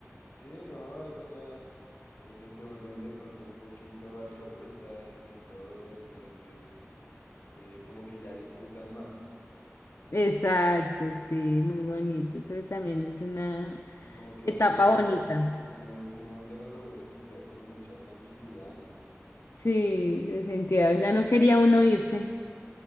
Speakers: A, on the left (about 85°); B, on the left (about 65°).
A: sí, no, eso ya, ellos se vuelven de pronto un poquito alcahuetas en todo, entonces eh, como que ya disfrutan más
B: Exacto, sí, muy bonito. Eso también es una
A: y como que
B: etapa
A: uno de los
B: bonita.
A: abuelos, uno, uno de los abuelos sentía como mucha tranquilidad, ¿no?
B: Sí, se sentía, ya no quería uno irse,